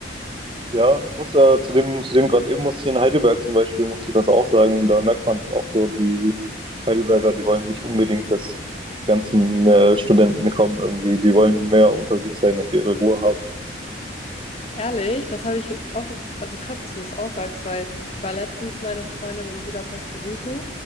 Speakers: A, on the right; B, on the left.
A: Ja, ich muss ja zu dem, zu dem gerade eben muss ich in Heidelberg zum Beispiel, muss ich das auch sagen. Da merkt man es auch so, die Heidelberger, die wollen nicht unbedingt, dass die ganzen äh, Studenten kommen irgendwie. Die wollen mehr unter sich sein und ihre Ruhe haben.
B: Ehrlich, das habe ich auch, also krass, dass du das auch sagst, weil ich war letztens meine Freundin in Budapest besuchen